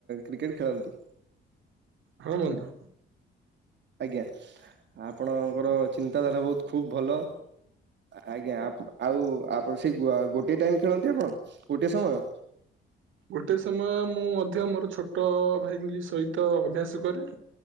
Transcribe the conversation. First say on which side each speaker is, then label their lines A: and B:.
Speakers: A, on the right; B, on the right.
A: କ୍ରିକେଟ୍ ଖେଳନ୍ତି।
B: ହଁ, ବନ୍ଧୁ।
A: ଆଜ୍ଞା, ଆପଣଙ୍କର ଚିନ୍ତାଧାରା ବହୁତ ଖୁବ ଭଲ। ଆଜ୍ଞା, ଆଉ ଆପଣ ସେ ଗୋଟେ ଟାଇମ ଖେଳନ୍ତି ଆପଣ ଗୋଟେ ସମୟ।
B: ଗୋଟେ ସମୟ ମୁଁ ମଧ୍ୟ ମୋର ଛୋଟ ଭାଇଙ୍କ ସହିତ ଅଭ୍ୟାସ କରେ।